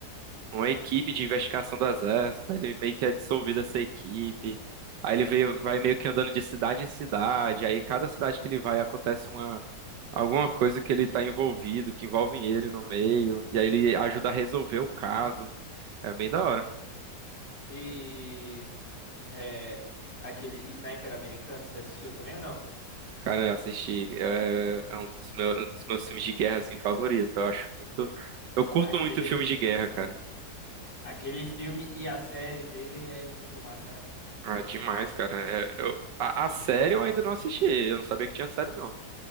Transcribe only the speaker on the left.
E é aquele Sniper americano, você assistiu também ou não?
Aquele
aquele filme e a série dele é muito massa, né?